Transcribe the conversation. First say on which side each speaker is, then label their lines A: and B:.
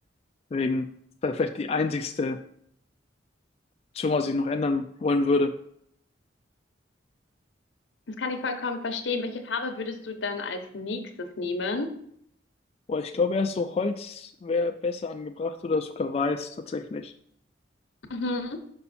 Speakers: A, on the left; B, on the left.
A: Deswegen ist das vielleicht die einzigste Option, was ich noch ändern wollen würde.
B: Das kann ich vollkommen verstehen. Welche Farbe würdest du dann als nächstes nehmen?
A: Boah, ich glaube, erst so Holz wäre besser angebracht oder sogar Weiß tatsächlich.
B: Mhm.